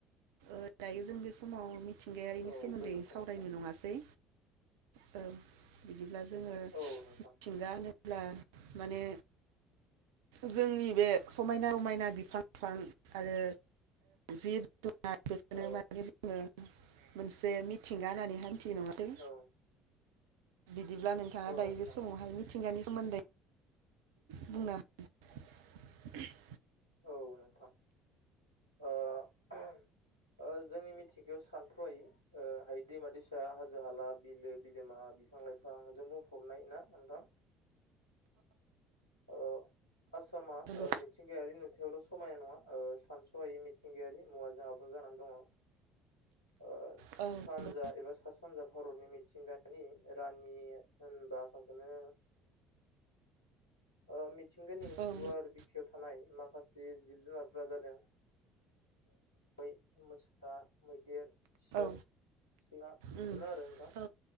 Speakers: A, on the right; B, on the left.
A: ओ दायो जों बे समाव मिथिंगायारिनि
B: औ
A: सोमोन्दै
B: गोजोन्थों
A: सावरायनो
B: नोंथां
A: नङासै? <unintelligible> ब्ला जोङो
B: औ नोंथां
A: मिथिंगा होनोब्ला माने
B: <inaudible>
A: जोंनि बे समायना रमायना बिफां <unintelligible> आरो जिब जुनार आरो बेखौनो
B: औ
A: बागै जोङो मोनसे मिथिंगा होननानै हान्थियो नङासै?
B: औ <inaudible>
A: बिदिब्ला नोंथाङा
B: औ
A: दायो
B: नोंथां
A: बे समावहाय मिथिंगानि सोमोन्दै बुंनो <unintelligible>
B: औ नोंथां ओ <unintelligible> ओ जोंनि मिथिंगायाव सानथ्र'हायि ओ हाय दैमा दैसा हाजो हाला बिलो बिलोमा बिफां लाइफांजों बुंफबनाय ना नोंथां? औ आसामा
A: हागोन
B: ओ मिथिंगायारि नुथायावल' समायना नङा ओ सानस'हायि मिथिंगायारि मुवाजों <unintelligible> जानानै दङ। ओ
A: औ नंगौ
B: सानजा एबा सा सानजा भारतनि मिथिंगानि रानि होनबा आसामखौनो <unintelligible> ओ मिथिंगानि
A: औ
B: गुवार
A: नंगौ
B: बि खायाव थानाय माखासे जिब जुनारफोरा जादों मै, मोसा, मै देर, सेल,
A: औ
B: सैमा बेफोरनो
A: उम
B: आरो नोंथां।
A: औ